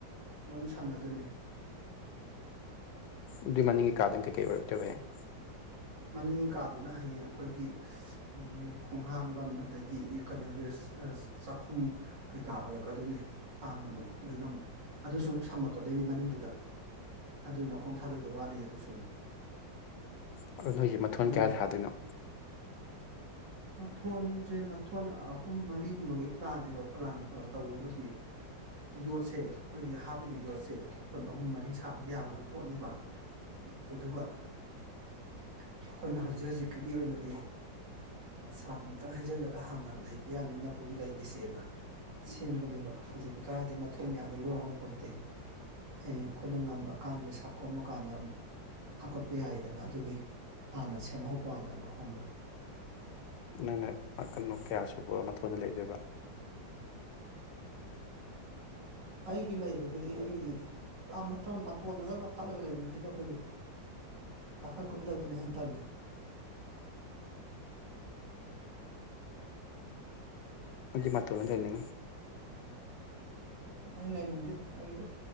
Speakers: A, on the right; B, on the left.
A: ꯂꯣꯏ ꯁꯝꯅꯗꯣꯏꯅꯤ
B: ꯑꯗꯨꯏ ꯃꯅꯤꯡꯒꯤ ꯀꯥꯗꯅ ꯀꯩꯀꯩ ꯑꯣꯏꯔꯛꯇꯕ ꯍꯌꯦꯡ
A: ꯃꯅꯤꯡ ꯀꯥꯗꯨꯅ ꯍꯌꯦꯡ ꯑꯩꯈꯣꯏꯒꯤ ꯎ ꯈꯣꯡꯍꯥꯝꯕꯝ ꯑꯗꯒꯤ ꯀꯩꯅꯣꯒꯤ ꯆꯥꯛꯈꯨꯝ ꯀꯩꯀꯥ ꯑꯣꯏꯔꯛꯀꯗꯣꯏꯅꯤ ꯁꯥꯡꯅ ꯑꯃꯨꯛ ꯑꯗꯨꯅ ꯑꯗꯨꯁꯨ ꯑꯃꯨꯛ ꯁꯝꯃꯛꯀꯗꯣꯏꯅꯤ ꯃꯅꯤꯡꯗꯨꯗ ꯑꯗꯨꯏ ꯃꯈꯣꯡ ꯊꯥꯗꯕꯗ ꯋꯥꯠꯂꯤ ꯑꯗꯨꯁꯨ ꯑꯃꯨ
B: ꯑꯣ ꯅꯣꯏꯁꯦ ꯃꯊꯣꯟ
A: ꯑꯗꯨꯅ
B: ꯀꯌꯥ ꯁꯥꯗꯣꯏꯅꯣ
A: ꯃꯊꯣꯟꯁꯦ ꯃꯊꯣꯟ ꯑꯍꯨꯝ ꯃꯔꯤꯒꯨꯝꯕꯒꯤ ꯄ꯭ꯂꯥꯟꯅꯦꯕ ꯄ꯭ꯂꯥꯟ ꯇꯧꯕꯕꯨꯗꯤ ꯌꯣꯠꯁꯦ ꯑꯩꯈꯣꯏꯒꯤ ꯍꯥꯞꯄꯤꯕ ꯌꯣꯠꯁꯦ ꯃꯊꯣꯟ ꯑꯍꯨꯝ ꯃꯔꯤ ꯁꯥꯕ ꯌꯥꯕꯒꯤ ꯄꯣꯠꯅꯦꯕ ꯑꯗꯨꯒ ꯑꯩꯈꯣꯏꯅ ꯍꯧꯖꯤꯛ ꯍꯧꯖꯤꯛꯀꯤꯗꯤ ꯑꯣꯏꯅꯗꯤ ꯁꯥꯇ ꯑꯃꯝꯇꯪ ꯍꯩꯖꯤꯜꯂꯒ ꯍꯥꯟꯅ ꯂꯩꯕ ꯌꯥꯅꯅꯕꯒꯤ ꯂꯩꯈꯤꯁꯦꯅ ꯁꯦꯝꯕꯅꯦꯕ ꯍꯧꯖꯤꯛꯇꯤ ꯀꯗꯥꯏꯗꯒꯤ ꯃꯊꯣꯏ ꯃꯌꯥꯝꯗ ꯂꯣꯡ ꯉꯝꯄꯣꯟꯇꯦ ꯍꯌꯦꯡ ꯑꯩꯈꯣꯏꯅ ꯉꯝꯃꯀꯥꯟꯗ ꯄꯩꯁꯥ ꯀꯣꯝꯕ ꯀꯥꯟꯗ ꯑꯃꯨꯛ ꯍꯥꯞꯀꯠꯄ ꯌꯥꯏꯔꯤꯗꯅ ꯑꯗꯨꯒꯤ ꯍꯥꯟꯅ ꯁꯦꯝꯍꯧꯕ ꯋꯥꯟꯅꯤꯗ ꯃꯈꯣꯡꯗ
B: ꯅꯪꯅ <unintelligible> ꯀꯌꯥ ꯁꯨꯕ ꯃꯊꯣꯟꯗ ꯂꯩꯗꯣꯏꯕ
A: ꯑꯩꯒꯤ ꯂꯩꯕꯒꯤꯗꯤ ꯑꯩꯒꯤꯗꯤꯥ ꯃꯇꯣꯟꯅꯒ ꯀꯥꯈꯠꯂꯒ ꯂꯩꯅꯤꯡꯗꯦꯗ ꯑꯩꯈꯣꯏꯗꯤ ꯀꯥꯈꯠ ꯀꯨꯝꯊꯥ ꯗꯨꯅꯥ ꯍꯦꯟ ꯇꯜꯂꯦ
B: ꯑꯩꯗꯤ ꯃꯇ‌ꯣꯟꯗ ꯂꯩꯅꯤꯡꯉꯤ
A: ꯑꯩ ꯂꯩꯅꯤꯡꯗꯦ ꯑꯩ